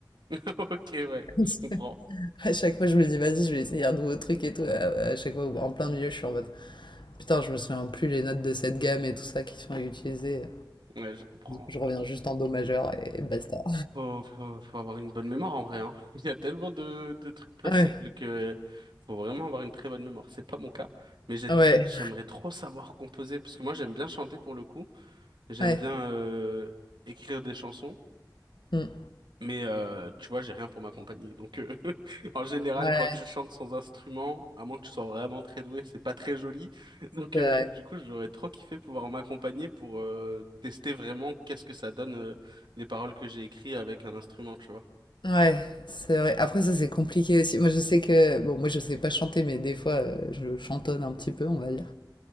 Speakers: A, on the right; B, on the left.
A: <laughs> Ok, ouais,
B: <laughs>
A: je comprends.
B: À chaque fois, je me dis, vas-y, je vais essayer un nouveau truc et tout. À à chaque fois, en plein milieu, je suis en mode, putain, je me souviens plus les notes de cette gamme et tout ça qui sont utilisées.
A: Ouais, je comprends.
B: Je
A: Bah,
B: reviens juste en do majeur et basta.
A: Faut, faut, faut avoir une bonne mémoire en vrai, hein. <laughs> Il y a tellement de, de trucs possibles
B: Ouais.
A: que faut vraiment avoir une très bonne mémoire. C'est pas mon cas, mais j'ai-
B: Ouais,
A: j'aimerais trop savoir composer parce que moi j'aime bien chanter pour le coup. J'aime
B: ouais,
A: bien euh, écrire des chansons,
B: mm.
A: mais euh, tu vois, j'ai rien pour m'accompagner. Donc euh, <laughs> en général,
B: Ouais,
A: quand tu chantes sans instrument, à moins que tu sois vraiment très doué, c'est pas très joli. Donc
B: c'est
A: euh,
B: vrai.
A: du coup, j'aurais trop kiffé pouvoir m'accompagner pour euh, tester vraiment qu'est-ce que ça donne euh, les paroles que j'ai écrites avec un instrument, tu vois.
B: Ouais, c'est vrai. Après ça, c'est compliqué aussi. Moi, je sais que... Bon, moi, je sais pas chanter, mais des fois, euh, je chantonne un petit peu, on va dire.